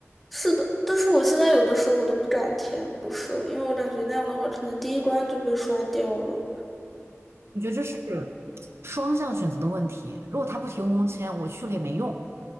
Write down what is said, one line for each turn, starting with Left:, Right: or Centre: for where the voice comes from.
Centre: 是的，但是我现在有的时候我都不敢填，不是了因为我感觉那样的话，可能第一关就被刷掉了。
Right: 我觉得这是双向选择的问题，如果他不提供工签，我去了也没用。